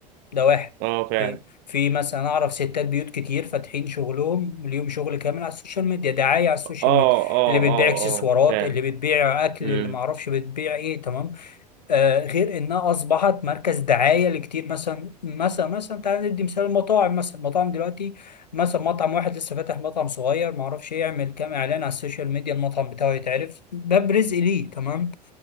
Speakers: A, on the left (about 85°); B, on the right (about 45°).
A: ده واحد
B: اه فعلا
A: في في مثلا اعرف ستات بيوت كتير فاتحين شغلهم ليهم شغل كامل على السوشيال ميديا دعايه على السوشيال
B: اه اه
A: ميديا اللي بتبيع
B: اه
A: اكسسوارات
B: اه فعلا
A: اللي بتبيع اكل
B: امم
A: اللي ما اعرفش بتبيع ايه تمام آه غير انها اصبحت مركز دعايه لكتير مثلا مثلا مثلا تعالى ندي مثال المطاعم مثلا المطاعم دلوقتي مثلا مطعم واحد لسه فاتح مطعم صغير ما اعرفش يعمل كام اعلان على السوشيال ميديا المطعم بتاعه يتعرف باب رزق ليه تمام